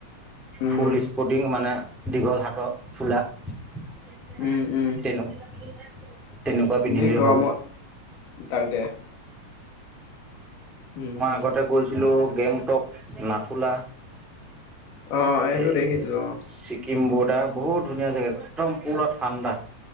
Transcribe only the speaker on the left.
উম
উম উম
এনেই গৰমত
তাকে <inaudible> উম
উম
অ এইটো
দেখিছো অ